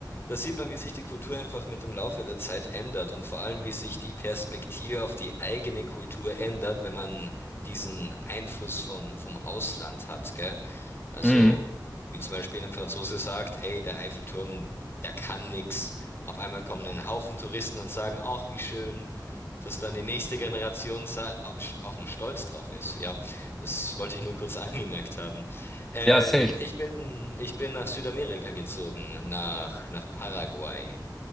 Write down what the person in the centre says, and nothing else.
Mhm.
Ja, safe.